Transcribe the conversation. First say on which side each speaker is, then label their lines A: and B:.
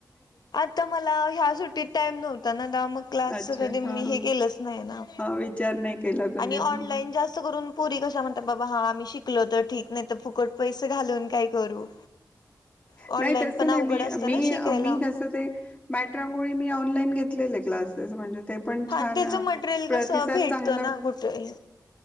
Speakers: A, on the left (about 80°); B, on the left (about 15°).
A: आता मला ह्या सुट्टीत टाइम नव्हता ना मग क्लासच
B: अच्छा
A: कधी
B: हा
A: मी हे केलंच नाही ना.
B: हा विचार नाही केला तुम्ही
A: आणि ऑनलाईन
B: मग.
A: जास्त करून पुरी कसा म्हणतात बाबा हा आम्ही शिकलो तर ठीक नाही तर फुकट पैसे घालून काय करू. ऑनलाईन
B: नाही तसं
A: पण अवघड
B: नाही मी
A: असतं
B: मी
A: ना शिकायला.
B: मी कसं ते मॅटरांगोळी मी ऑनलाईन घेतलेले क्लासेस म्हणजे ते पण
A: हा
B: छान
A: त्याच मटेरियल
B: प्रतिसाद
A: कसं भेटतं
B: चांगला
A: ना कुठेही.